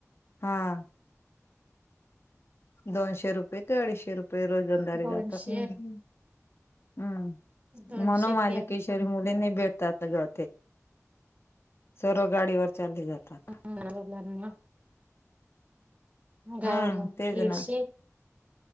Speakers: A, on the left; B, on the right.
A: हा. दोनशे रुपये ते अडीचशे रुपये रोजंदारी
B: दोनशे
A: जातात. हम्म
B: दोनशे
A: म्हणून माझ्या
B: ते
A: केशरी मुली <unintelligible> भेटतात आता ग सर्व गाडीवर चाल्ली जातात.
B: मुलांना
A: हम्म
B: गावा म दीडशे
A: तेच ना